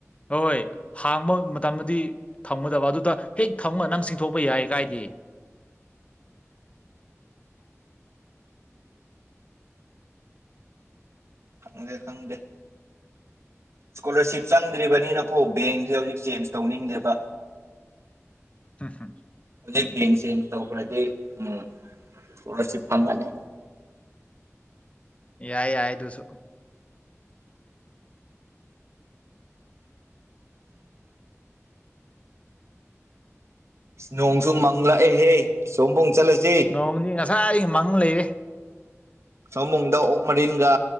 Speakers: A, on the left (about 25°); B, on the right (about 60°).
A: ꯍꯣꯏ ꯍꯥꯡꯕ ꯃꯇꯝꯗꯗꯤ ꯊꯝꯒꯗꯕ ꯑꯗꯨꯗ ꯍꯦꯛ ꯊꯝ ꯅꯪ ꯆꯤꯡꯊꯣꯛꯄ ꯌꯥꯏ ꯀꯥꯏꯗꯤ
B: <unintelligible> ꯏꯁꯀꯣꯂꯔꯁꯤꯞ ꯆꯪꯗ꯭ꯔꯤꯕꯅꯤꯅꯀꯣ ꯕꯦꯡꯁꯦ ꯍꯧꯖꯤꯛ ꯆꯦꯟꯖ ꯇꯧꯅꯤꯡꯗꯦꯕ
A: <unintelligible>
B: ꯍꯧꯖꯤꯛ ꯕꯦꯡ ꯆꯦꯟꯖ ꯇꯧꯈ꯭ꯔꯗꯤ ꯎꯝ ꯏꯁꯀꯣꯂꯔꯁꯤꯞ ꯐꯪꯒꯅꯤ
A: ꯌꯥꯏ ꯌꯥꯏꯗꯨꯁꯨꯣ
B: ꯅꯣꯡꯁꯨ ꯃꯪꯪꯂꯛꯑꯦꯍꯦ ꯁꯣꯝꯝꯕꯣꯡ ꯆꯠꯂꯁꯤ
A: ꯅꯣꯡꯃꯗꯤ ꯉꯁꯥꯏ ꯑꯩ ꯃꯪ ꯂꯩꯔꯦ
B: ꯁꯣꯃꯨꯡꯗ ꯑꯣꯛ ꯃꯔꯤꯟꯒ